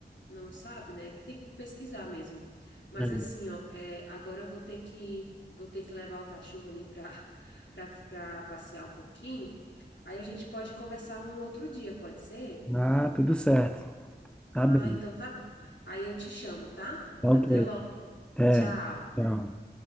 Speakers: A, on the left (about 80°); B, in the centre.
A: não sabe, né? É Que tem que pesquisar mesmo. Mas,
B: É.
A: assim, ó, é, agora eu vou ter que, vou ter que levar o cachorro ali para para passear um pouquinho. Aí a gente pode conversar um outro dia, pode ser?
B: Ah, tudo certo. Tá
A: Ah,
B: bem.
A: então tá bom. Aí eu te chamo, tá?
B: Tá
A: Até
B: ok.
A: logo.
B: Até.
A: Tchau.
B: Tchau.